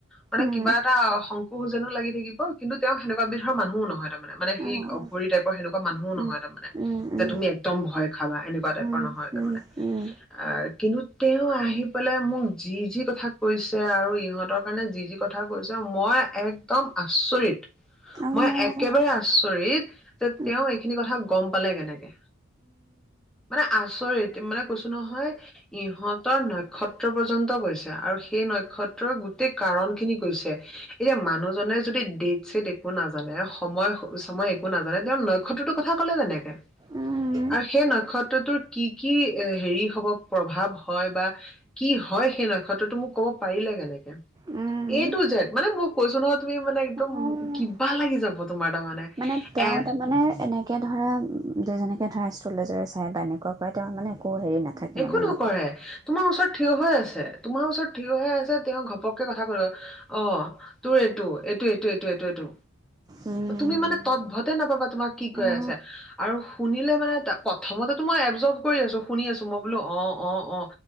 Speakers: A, in the centre; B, on the right.
A: মানে
B: উম,
A: কিবা এটা সংকোশ যেনো লাগি থাকিব কিন্তু তেওঁ সেনেকুৱা বিধৰ মানুহও নহয় তাৰ মানে সেই
B: অ',
A: অঘৰী টাইপৰ সেনেকুৱা মানুহও
B: উম।
A: নহয় তাৰ মানে
B: উম,
A: যে
B: উম,
A: তুমি একদম ভয় খাবা এনেকুৱা টাইপৰ
B: উম,
A: নহয়
B: উম,
A: তাৰমানে
B: উম,
A: আহ কিন্তু তেওঁ আহি পেলাই মোক যি যি কথা কৈছে আৰু ইহঁতৰ কাৰণে যি যি কথা কৈছে মই একদম আচৰিত
B: অ',
A: মই
B: উম,
A: একেবাৰে আচৰিত যে তেওঁ
B: উম,
A: এইখিনি কথা গম পালে কেনেকে মানে আচৰিত মানে কৈছো নহয় ইহঁতৰ নক্ষত্ৰ কৈছে আৰু সেই নক্ষত্ৰৰ গোটেই কাৰণ খিনি কৈছে এতিয়া মানুহজনে যদি ডেট ছেট একো নাজানে সময় সময় একো নাজানে তেওঁ নক্ষত্ৰটোৰ কথা কলে তেনেকে
B: অ', উম,
A: আৰু সেই নক্ষত্ৰটোৰ কি কি হেৰি হব প্ৰভাৱ হয় বা। কি হয় সেই নক্ষত্ৰতো মোক কব পাৰিলে কেনেকে
B: উম,
A: এইটো জেড মানে মই কৈছো নহয় তুমি মানে একদম
B: উম, অ'।
A: কিবা লাগি যাব। তোমাৰ তাৰমানে।
B: মানে তেওঁ
A: এ
B: তাৰমানে এনেকে ধৰা যে যেনেকে ধৰাইছে। চুলি যৰে চাই বা এনেকুৱা তেওঁ মানে। অহ হেৰি নাথাকে
A: একো
B: মানে
A: নকৰে
B: ন।
A: তোমাৰ ওচৰত থিয় হৈ আছে তোমাৰ ওচৰত থিয় হৈ আছে তেওঁ ঘপককে কথা কলে অ তোৰ এইটো এইটো এইটো এইটো এইটো এইটো
B: উম উম
A: তুমি মানে তৎভতে নাপাবা তোমাক কি কৈ
B: উম
A: আছে আৰু শুনিলে মানে প্ৰথমতে মই এবজৰ্ভ কৰি আছো শুনি আছো। মই বোলো অ অ অ